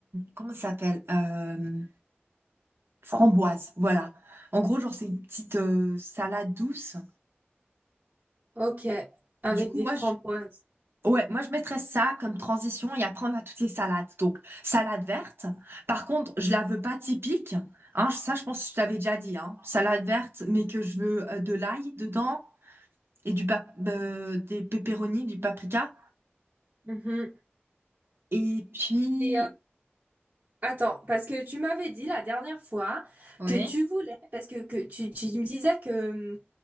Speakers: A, on the right (about 70°); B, on the right (about 40°).
A: comment ça s'appelle? Euh, framboise. Voilà. En gros, genre, c'est une petite euh, salade douce.
B: ok. Avec
A: Du coup,
B: des
A: moi,
B: framboises.
A: je, Ouais, moi je mettrais ça comme transition et après on a toutes les salades. Donc, salade verte. Par contre, je la veux pas typique. Hein, ça, je pense que je t'avais déjà dit. Hein. Salade verte, mais que je veux euh, de l'ail dedans et du pap euh, des pépéronis, du paprika.
B: Mhm.
A: Et puis,
B: Et, euh, Attends, parce que tu m'avais dit la dernière fois
A: oui,
B: que tu voulais, parce que, que tu, tu me disais que,